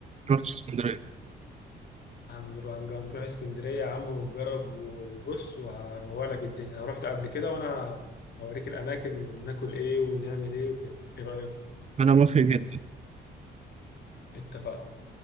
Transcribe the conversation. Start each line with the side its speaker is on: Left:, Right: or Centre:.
Right: رحت اسكندرية
Left: هنروح هنروح اسكندرية يا عم ونجرب وبص وهروّلك الدنيا أنا رحت قبل كده وأنا هوريك الأماكن وناكل إيه ونعمل إيه وكده إيه رأيك؟
Right: أنا موافق جدا
Left: اتفقنا